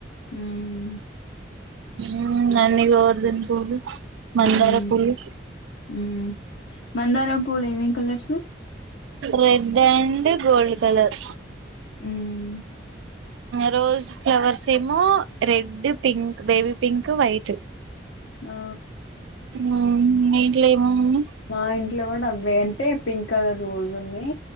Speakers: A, on the left; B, on the right.
A: ఉమ్
B: మ్ నంది గోవర్ధన పూలు మందార
A: మ్మ్
B: పూలు
A: మ్మ్ మందారం పూలు ఏమేం colours
B: red and gold colour
A: మ్మ్
B: రోజ్ ఫ్లవర్స్ ఏమో red pink baby pink white
A: ఆ
B: మ్ మీ ఇంట్లో ఏమేం ఉన్నాయ్
A: మా ఇంట్లో కూడా అవే అంటే పింక్ కలర్ రోజ్ ఉన్నాయి